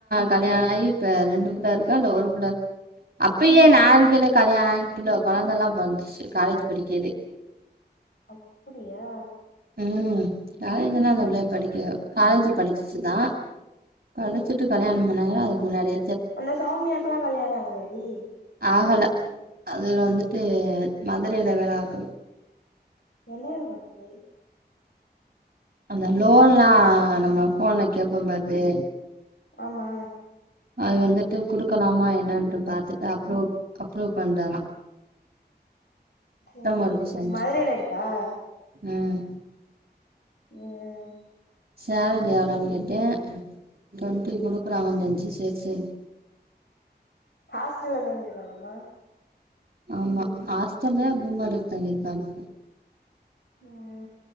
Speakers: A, on the right; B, on the left.
A: கல்யாணோ ஆயி இப்ப ரெண்டு பிள்ளருக்கா இல்ல ஒரு பிள்ள அப்பயே நாருக்கேலே கல்யாணாயி புள்ள கொழந்தல்லா பொறந்துச்சு காலேஜ் படிக்கைலே
B: அப்பிடியா
A: ம் காலேஜ் எல்லா அந்த புள்ளய படிக்க காலேஜு படிச்சுச்சு தா படிச்சுட்
B: ம்
A: டு கல்யாணோ பண்ணாங்க அதுக் முன்னாடே
B: அந்த சௌமியாக்லா கல்யாணொ ஆகலயாடி
A: ஆகல அது வந்துட்டு மதுரைல வேல பாக்குது
B: என்ன வேல பாக்குது
A: அந்த லோன்லா நம்ம ஃபோன்ல கேப்போம் பாருவே
B: ஆமா
A: அது வந்துட்டு குடுக்கலாமா என்னன்ட்டு பாத்துட்டு அப்ரூவல் அப்ரூவ் பண்றா
B: சேர்
A: ஒர்க்
B: சேரி
A: சொன்ச்சு
B: மதுரைலருக்கா
A: ம்
B: ம்
A: சேலரி எவ்ளோன் கேட்டே ட்வெண்ட்டி குடுக்குறாங்கன் சொன்ச்சு செர் சேரி
B: ஹாஸ்டல்ல தங்கியிருக்காலாமா
A: ஆமா ஆஸ்ட்டல்ல ரூம் எடுத்தங்கிருப்பா போல
B: ம்